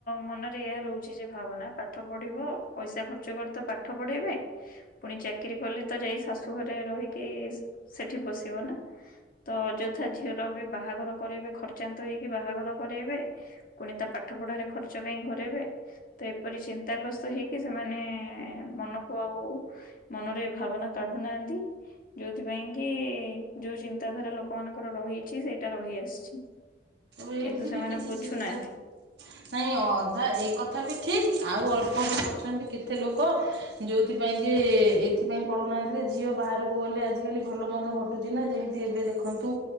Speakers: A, on the left; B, on the right.
A: ମନରେ ଏହାଇ ରହୁଛି ଯେ ଭାବନା ପାଠ ପଢ଼ିବ ପଇସା ଖର୍ଚ୍ଚ କରି ତ ପାଠ ପଢ଼ାଇବେ। ପୁଣି ଚାକିରିୀ କଲେ ତ ଯାଇ ଶାଶୁ ଘରେ ରହିକି ସେଠି ବସିବ ନା। ତ ଅଯଥା ଝିଅର ବି ବାହାଘର କରାଇବେ ଖର୍ଚାନ୍ତ ହେଇକି ବାହାଘର। କରାଇବେ ପୁଣି ତା ପାଠ ପଢ଼ାରେ ଖର୍ଚ କାହିଁ କରାଇବେ? ତ ଏପରି ଚିନ୍ତାଗ୍ରସ୍ତ ହେଇକି ସେମାନେ ମନକୁ ଆଉ। ମନରେ ଭାବନା କାଢୁନାହାନ୍ତି। ଯୋଉଥି ପାଇଁ କି ଯୋଉ ଚିନ୍ତାଧାରା ଲୋକମାନଙ୍କର ରହିଛି ସେଇଟା ରହିଆସିଛି।
B: ତବେ
A: କିନ୍ତୁ
B: ଏମିତି
A: ସେମାନେ
B: ବି କିଛି
A: ବୁଝୁନାହାନ୍ତି
B: ଚିନ୍ତା ନାଇଁ ଅଧା ଏ କଥା ବି ଠିକ ଆଉ ଅଳ୍ପ ବି ଅଛନ୍ତି କେତେ ଲୋକ ଯୋଉଥିପାଇଁ କି ଏଥିପାଇଁ ପଢ଼ୁନାହାନ୍ତି ଝିଅ ବାହାରକୁ ଗଲେ ଆଜିକାଲି ଭଲ ମନ୍ଦ ଚି ନା ଯେମିତି ଏବେ ଦେଖନ୍ତୁ